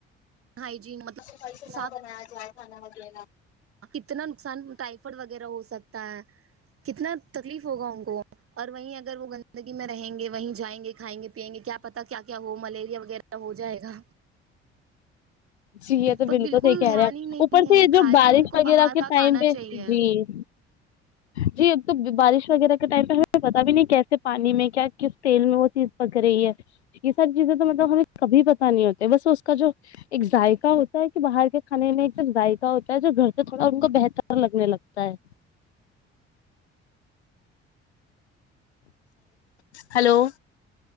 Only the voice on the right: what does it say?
ہائیجین مطلب
صاف
کتنا نقصان ٹائیفٹ وغیرہ ہو سکتا ہے کتنا تکلیف ہوگا ان کو اور وہیں اگر وہ گندگی میں رہیں گے وہیں جائیں گے کھائیں گے تو پینگےکیا پتا کیا کیا ہو ملیریا وغیرہ ہو جائے گا
پر
بلکل
دھیان
ہی نہیں
ہے
خالی
ان کو
باہر
کا کھانا
چاہیئے